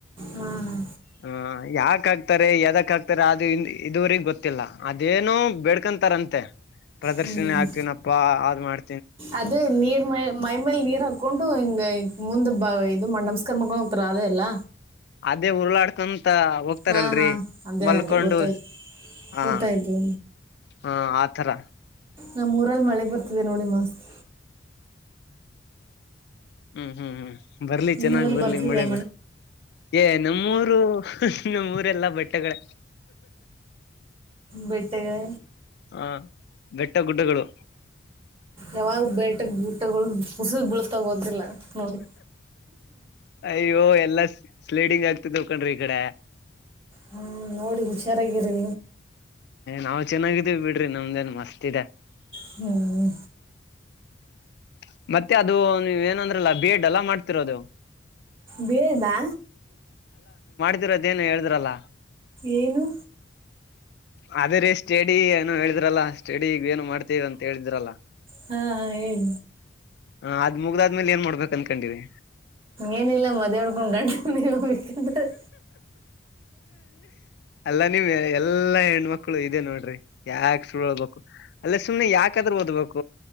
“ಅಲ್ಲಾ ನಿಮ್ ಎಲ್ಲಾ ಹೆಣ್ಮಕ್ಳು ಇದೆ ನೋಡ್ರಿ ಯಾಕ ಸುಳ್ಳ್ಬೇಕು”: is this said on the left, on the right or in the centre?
Left